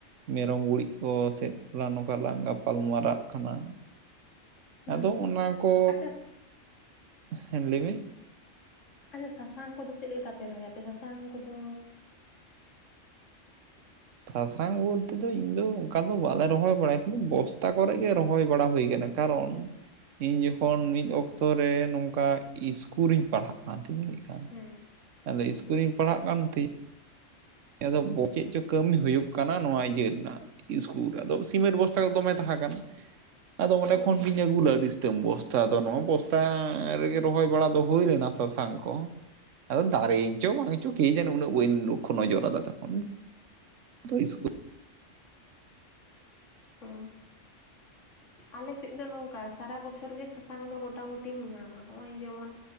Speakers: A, on the right; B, on the left.
A: ᱢᱮᱨᱚᱢ ᱜᱩᱨᱤᱡ ᱠᱚ ᱥᱮᱫ ᱠᱚᱲᱟ ᱱᱚᱝᱠᱟᱞᱝ ᱜᱟᱯᱟᱞ ᱢᱟᱨᱟᱜ ᱠᱟᱱᱟ᱾
B: ᱦᱩᱸ
A: ᱟᱫᱚ ᱚᱱᱟ ᱠᱚ
B: ᱟᱪᱪᱷᱟ
A: ᱦᱮᱸ ᱞᱟᱹᱭ ᱢᱮ᱾
B: ᱟᱪᱪᱷᱟ ᱥᱟᱥᱟᱝ ᱠᱚᱫᱚ ᱪᱮᱫ ᱞᱮᱠᱟᱯᱮ ᱨᱚᱦᱚᱭᱟᱯᱮ ᱟᱯᱮ ᱥᱟᱥᱟᱝ ᱠᱚᱫᱚ᱾
A: ᱥᱟᱥᱟᱝ ᱵᱚᱞᱛᱮ ᱫᱚ ᱤᱧ ᱫᱚ ᱚᱱᱠᱟ ᱫᱚ ᱵᱟᱞᱮ ᱨᱚᱦᱚᱭ ᱵᱟᱲᱟᱭᱟ ᱠᱤᱱᱛᱩ ᱵᱚᱥᱛᱟ ᱠᱚᱨᱮ ᱜᱮ ᱨᱚᱦᱚᱭ ᱵᱟᱲᱟ ᱦᱳᱭ ᱠᱟᱱᱟ᱾ ᱠᱟᱨᱚᱱ ᱤᱧ ᱡᱚᱠᱷᱚᱱ ᱢᱤᱫ ᱚᱠᱛᱚ ᱨᱮ ᱱᱚᱝᱠᱟ ᱤᱥᱠᱩᱞᱨᱮᱧ ᱯᱟᱲᱦᱟᱜ ᱠᱟᱱ ᱛᱟᱦᱮᱸᱤᱧ᱾ ᱠᱟᱱ᱾
B: ᱦᱮᱸ
A: ᱟᱫᱚ ᱤᱥᱠᱩᱞ ᱨᱮᱧ ᱯᱟᱲᱦᱟᱜ ᱠᱟᱱ ᱛᱮ᱾ ᱟᱫᱚ ᱵᱚ ᱪᱮᱫ ᱪᱚ ᱠᱟᱹᱢᱤ ᱦᱳᱭᱳᱜ ᱠᱟᱱᱟ ᱱᱚᱣᱟ ᱤᱭᱟᱹ ᱨᱮᱱᱟᱜ᱾ ᱤᱥᱠᱩᱨ ᱟᱫᱚ ᱥᱤᱢᱮᱱᱴ ᱵᱚᱥᱛᱟ ᱠᱚ ᱫᱚᱢᱮ ᱛᱟᱦᱮᱸ ᱠᱟᱱ ᱟᱫᱚ ᱚᱸᱰᱮ
B: ᱦᱮᱸ
A: ᱠᱷᱚᱱ ᱜᱮᱧ ᱟᱹᱜᱩ ᱞᱟᱜ-ᱟ ᱟᱹᱰᱤ ᱥᱛᱟᱹᱝ ᱵᱚᱥᱛᱟ ᱟᱫᱚ ᱱᱚᱣᱟ ᱵᱚᱥᱛᱟ ᱨᱮᱜᱮ ᱨᱚᱦᱚᱭ ᱵᱟᱲᱟ ᱫᱚ ᱦᱩᱭ ᱞᱮᱱᱟ ᱥᱟᱥ ᱥᱟᱥᱟᱝ ᱠᱚ ᱟᱫᱚ᱾
B: ᱦᱮᱸ
A: ᱫᱟᱨᱮᱭᱮᱱᱪᱚ ᱵᱟᱝᱪᱚ ᱠᱮ ᱠᱮᱡᱟᱱᱮ ᱩᱱᱟᱜ ᱵᱟᱧ ᱞᱳᱠᱷᱚ ᱱᱚᱡᱚᱨ ᱟᱫᱟ ᱛᱠᱷᱚᱱ ᱫᱚ᱾ ᱫᱟ ᱩᱥᱡᱩ
B: ᱚ ᱟᱞᱮ ᱥᱮᱫ ᱫᱚ ᱱᱚᱝᱠᱟ ᱥᱟᱨᱟ ᱵᱚᱪᱷᱚᱨ ᱜᱮ ᱥᱟᱥᱟᱝ ᱫᱚ ᱢᱳᱚᱴᱟᱢᱩᱴᱤᱢ ᱧᱟᱢᱟ ᱦᱚᱸᱜᱼᱚᱭ ᱡᱮᱢᱚᱱ